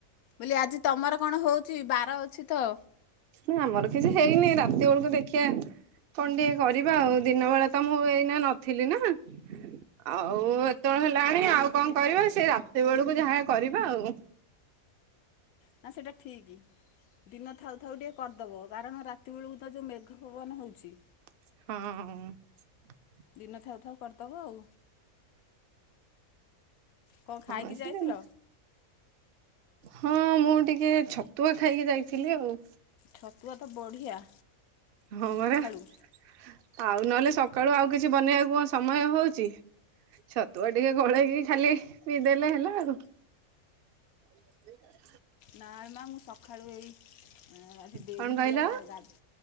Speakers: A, on the left; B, on the right.
A: ବୋଲି ଆଜି ତମର କଣ ହଉଛି ବାର ଅଛି ତ।
B: ନା ଆମର କିଛି ହେଇନି। ରାତି ବେଳକୁ ଦେଖିବା, କଣ ଟିକେ କରିବା। ଆଉ ଦିନ ବେଳେ ତ ମୁଁ ଏଇନା ନଥିଲି ନା ଆଉ। ଏତେବେଳେ ହେଲାଣି ଆଉ କଣ କରିବା ସେ ରାତି ବେଳକୁ ଯାହା କରିବା ଆଉ।
A: ନା, ସେଇଟା ଠିକ୍। ଦିନ ଥାଉ ଥାଉ ଟିକେ କରିଦବ। କାରଣ, ରାତି ବେଳକୁ ତ ଯେଉଁ ମେଘ ପବନ ହେଉଛି।
B: ହଁ।
A: ଦିନ ଥାଉ ଥାଉ କରିଦବ ଆଉ। କ'ଣ ଖାଇକି
B: ହଁ <unintelligible> ସିଲାନି।
A: ଯାଇଥିଲ
B: ହଁ ମୁଁ ଟିକେ ଛତୁଆ ଖାଇକି ଯାଇଥିଲି ଆଉ।
A: ଛତୁଆ ତ ବଢ଼ିଆ।
B: ହଁ ମରା
A: ସକାଳୁ
B: ଆଉ ନହେଲେ, ସକାଳୁ ଆଉ କିଛି ବନେଇବାକୁ କଣ ସମୟ ହଉଛି? ଛତୁଆ ଟିକେ ଗୋଳେଇକି ଖାଲି ପିଇ ଦେଲେ, ହେଲା ଆଉ। <inaudible>
A: ନା ରେ ମା, ମୁଁ ସକାଳୁ ଏଇ ଆଜି ଡେରି
B: କଣ
A: ହେଲା,
B: କହିଲ?
A: ରା